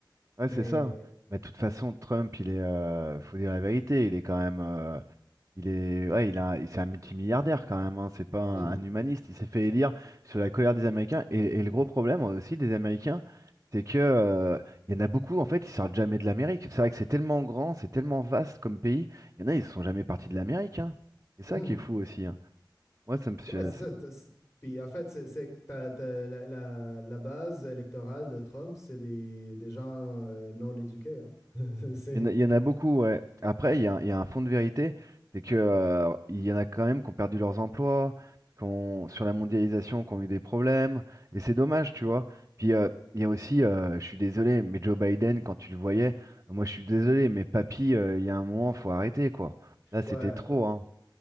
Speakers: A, on the right (about 35°); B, on the left (about 35°).
A: Ouais,
B: Mais.
A: c'est ça. Mais de toute façon, Trump, il est, euh, faut dire la vérité, il est quand même, euh, il est, ouais, il a, il- c'est un multimilliardaire quand même. hein, c'est pas un,
B: hum,
A: un humaniste. Il s'est fait élire sur la colère des Américains. Et, et le gros problème aussi des Américains, c'est que, euh, il y en a beaucoup, en fait, ils sortent jamais de l'Amérique. C'est vrai que c'est tellement grand, c'est tellement vaste comme pays. Il y en a, ils sont jamais partis de l'Amérique. hein. C'est ça
B: mhm.
A: qui est fou aussi. hein. Moi, ça me, fait-
B: Ouais, c'est
A: ça,
B: ça. t'as- c'est- Puis, en fait, c'est, c'est- t'as- t'as la, la- la base électorale de Trump, c'est des, des gens euh, non éduqués. Hein? <laughs> C'est.
A: Il y en a, il y en a beaucoup, ouais. Après, il y a, un il y a un fond de vérité, c'est que, euh, il y en a quand même qui ont perdu leurs emplois, qui ont- sur la mondialisation, qui ont eu des problèmes, et c'est dommage, tu vois. Puis, euh, il y a aussi, euh, je suis désolé, mais Joe Biden, quand tu le voyais, moi je suis désolé, mais papy, euh, il y a un moment, faut arrêter, quoi. Là, c'était
B: Ouais,
A: trop,
B: ouais.
A: hein.